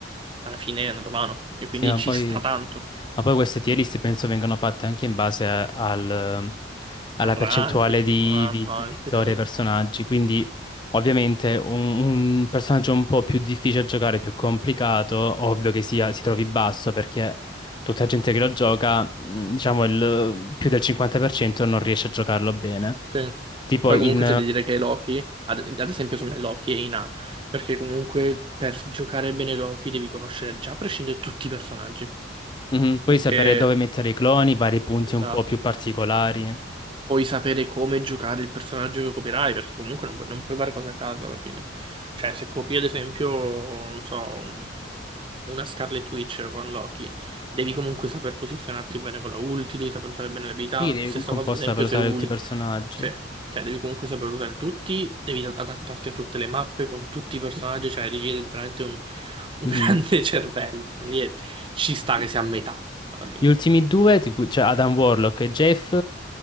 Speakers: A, on the right; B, on the left.
A: alla fine è andato vano. E quindi
B: Sì, ma
A: ci
B: poi,
A: sta tanto.
B: ma poi queste tier list penso vengano fatte anche in base a- al- alla
A: A rank
B: percentuale
A: e tutto
B: di,
A: quanto,
B: vi-
A: anche
B: di vittorie
A: sì.
B: ai personaggi. Quindi, ovviamente, un, un personaggio un po' più difficile da giocare, più complicato, ovvio che sia, si trovi basso perché tutta gente che lo gioca, mh, diciamo, il, più del 50% non riesce a giocarlo bene.
A: Sì.
B: Tipo
A: Poi
B: in,
A: comunque c'è da dire che Loki, ad, ad esempio secondo me Loki è in A, perché comunque per giocare bene Loki devi conoscere già a prescindere tutti i personaggi,
B: Mhm, Puoi
A: perché...
B: sapere dove mettere i cloni, vari punti
A: Esatto.
B: un po' più particolari.
A: puoi sapere come giocare il personaggio che copierai, perché comunque non, pu- non puoi fare cose a caso alla fine. Cioè, se copi ad esempio, non so, un- una Scarlet Witch con Loki, devi comunque saper posizionarti bene con la ulti, devi saper usare bene le abilità.
B: Sì, devi
A: Stessa
B: comunque
A: cosa,
B: un po'
A: ad esempio,
B: saper
A: se
B: usare
A: ult...
B: tutti i personaggi.
A: se- Cioè, devi comunque saper usare tutti, devi adattarti a tutte le mappe, con tutti i personaggi, cioè richiede veramente un, un
B: Mhm.
A: <laughs> grande cervello. Quindi eh, ci sta che sia a metà, alla fine.
B: Gli ultimi due, tipo, cioè Adam Warlock e Jeff,